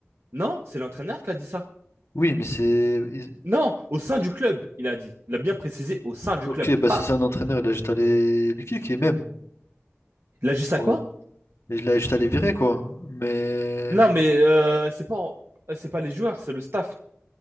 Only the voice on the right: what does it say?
Non, c'est l'entraîneur qui a dit ça.
Non, au sein du club, il a dit. Il a bien précisé au sein du
club.
Pas.
Il a juste
à quoi?
Non, mais euh, c'est pas en- euh, c'est pas les joueurs, c'est le staff.